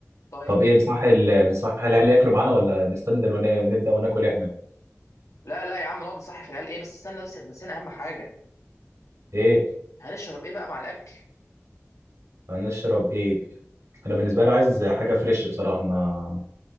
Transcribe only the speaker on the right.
طب ايه نصح ال... نصح العيال ياكلوا معانا ولا نستنى ونبدأ وناكل احنا
ايه
هنشرب ايه انا بالنسبه لي عايز حاجه فريش بصراحه ما